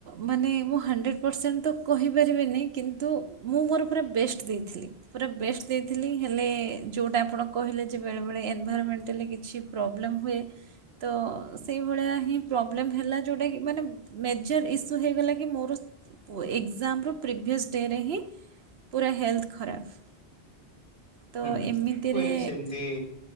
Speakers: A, on the right; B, on the left.
A: ମାନେ ମୁଁ ହଣ୍ଡ୍ରେଡ଼୍ ପରସେଣ୍ଟ ତ କହିପାରିବିନି କିନ୍ତୁ ମୁଁ ମୋର ପୁରା ବେଷ୍ଟ ଦେଇଥିଲି। ପୁରା ବେଷ୍ଟ ଦେଇଥିଲି ହେଲେ ଯେଉଁଟା ଆପଣ କହିଲେ ଯେ ବେଳେବେଳେ ଏନଭାଇରମେଣ୍ଟାଲି କିଛି ପ୍ରୋବ୍ଲେମ୍ ହୁଏ ତ ସେଇଭଳିଆ ହିଁ ପ୍ରୋବ୍ଲେମ୍ ହେଲା ଯେଉଁଟାକି ମାନେ ମେଜର୍ ଇସ୍ୟୁ ହେଇଗଲା କି ମୋର ଏକ୍ଜାମ୍ର ପ୍ରିଭିଅସ୍ ଡେରେ ହିଁ ପୁରା ହେଲ୍ଥ ଖରାପ। ତ
B: ହୁଁ
A: ଏମିତିରେ
B: ହୁଏ ସେମିତି।